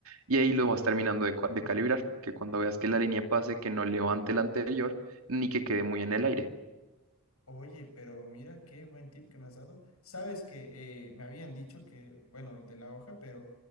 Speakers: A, on the right; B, on the left.
A: Y ahí lo vas terminando de, cua- de calibrar, que cuando veas que la línea pase, que no levante la anterior, ni que quede muy en el aire.
B: Oye, pero mira qué buen tip que me has dado. Sabes que eh, me habían dicho que, bueno, el de la hoja, pero